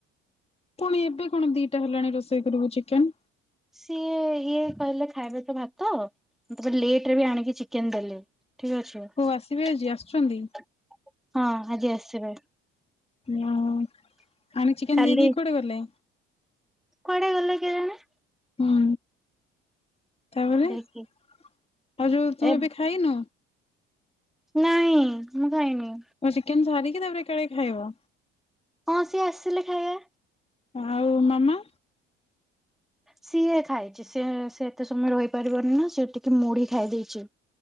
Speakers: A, on the left; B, in the centre.
A: ପୁଣି ଏବେ କଣ ଦିଟା ହେଲାଣି ରୋଷେଇ କରିବୁ ଚିକେନ୍?
B: ସିଏ ଇଏ କହିଲେ ଖାଇବେ ତ ଭାତ, ତାପରେ ଲେଟ୍ ରେ ବି ଆଣିକି ଚିକେନ୍ ଦେଲେ। ଠିକ୍ ଅଛି।
A: ଓ ଆସିବେ ଆଜି ଆସୁଛନ୍ତି?
B: ହଁ ଆଜି ଆସିବେ।
A: ଅ- ଆଣିକି ଚିକେନ୍
B: କାଲି
A: ଦେଇ ଦେଇକି କୁଆଡେ ଗଲେ?
B: କୁଆଡେ ଗଲେ କେଜାଣି।
A: ହୁଁ, ତାପରେ
B: ଦେଖି
A: ଆଉ ଯୋଉ ତୁ
B: ଏ
A: ଏବେ ଖାଇନୁ?
B: ନାଇଁ ମୁଁ ଖାଇନି।
A: ଚିକେନ୍ ସାରିକି ତା ପରେ ଏକାବେଳେ ଖାଇବ?
B: ହଁ ସିଏ ଆସିଲେ ଖାଇବା।
A: ଆଉ ମାମା?
B: ସିଏ ଖାଇଛି ସିଏ ସେ ଏତେ ସମୟ ରହିପାରିବନି ନା, ସିଏ ଟିକେ ମୁଢି ଖାଇ ଦେଇେଇଛି।